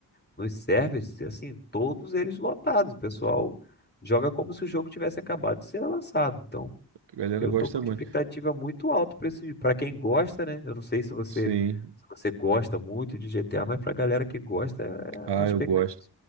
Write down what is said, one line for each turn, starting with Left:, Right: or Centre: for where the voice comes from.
Left: nos servers, assim, todos eles lotados. O pessoal joga como se o jogo tivesse acabado de ser lançado. Então,
Right: A galera
Left: eu
Right: gosta
Left: tô com
Right: muito.
Left: expectativa muito alta para esse, para quem gosta, né? Eu não sei se você,
Right: Sim.
Left: se você gosta muito de GTA, mas pra galera que gosta,
Right: Ah,
Left: é a expectativa.
Right: eu gosto.